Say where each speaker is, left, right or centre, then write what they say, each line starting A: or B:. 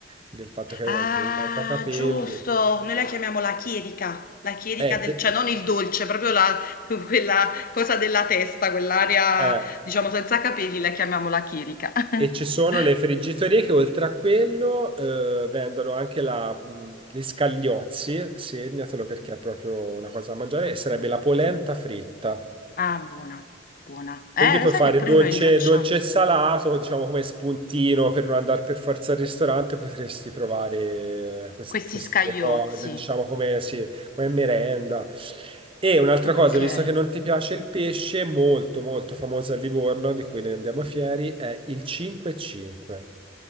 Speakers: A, on the right; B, on the left.
A: del fatto che,
B: Ah,
A: che gli manca capelli.
B: giusto, noi la chiamiamo la chierica, la chierica
A: Eh,
B: del
A: pe-
B: cioè non il dolce, proprio la <laughs> quella cosa della testa, quell'area
A: Eh,
B: diciamo senza capelli, la chiamiamo la chierica. <laughs>
A: e ci sono le friggitorie che oltre a quello eh, vendono anche la, mh, gli scagliozzi, segnatelo perché è proprio una cosa da mangiare,
B: Scagliozzi.
A: e sarebbe la polenta fritta.
B: Ah, buona, buona. Eh,
A: Quindi puoi
B: lo sai
A: fare
B: che pure
A: dolce,
B: noi li facciamo,
A: dolce e salato, diciamo come spuntino per non andare per forza al ristorante, potresti provare eh, quest-
B: questi
A: queste
B: scagliozzi.
A: due cose, diciamo come, sì, come merenda. E un'altra
B: Okay.
A: cosa, visto che non ti piace il pesce, molto molto famosa a Livorno, di cui ne andiamo fieri, è il 5-5.